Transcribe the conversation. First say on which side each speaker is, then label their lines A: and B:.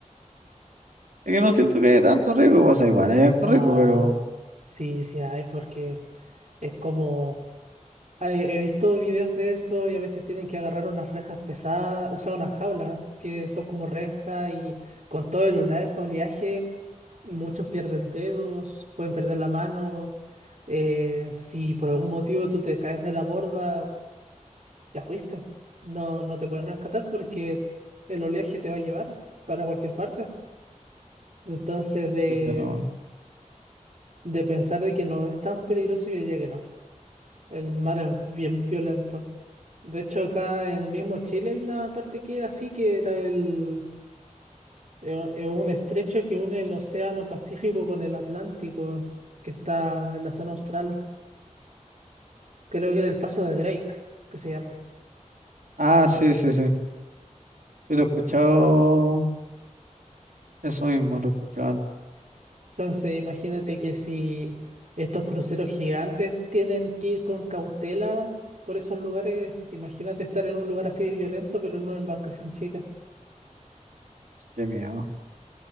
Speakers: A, on the right (about 85°); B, on the right (about 60°).
A: que no siento que haya tanto riesgo, o sea, igual hay harto
B: No,
A: riesgo, pero...
B: sí, sí hay, porque es como... He he visto videos de eso y a veces tienen que agarrar unas rejas pesadas, usar unas jaulas que son como rejas y con todo el olea- oleaje muchos pierden dedos, pueden perder la mano. eh, si por algún motivo tú te caes de la borda, ya fuiste. No, no te pueden rescatar porque el oleaje te va a llevar para cualquier parte. Entonces, de,
A: pucha, no.
B: de pensar de que no es tan peligroso, yo diría que no. El mar es bien violento. De hecho, acá en mismo Chile hay una parte que es así, que era el, eh, eh, un estrecho que une el Océano Pacífico con el Atlántico, que está en la zona austral. Creo que era el Paso de Drake, que se llama.
A: Ah, sí, sí, sí. Sí, lo he escuchado, eso mismo, lo he escuchado antes.
B: Entonces, imagínate que si estos cruceros gigantes tienen que ir con cautela por esos lugares, imagínate estar en un lugar así de violento, pero en una embarcación chica.
A: Qué miedo,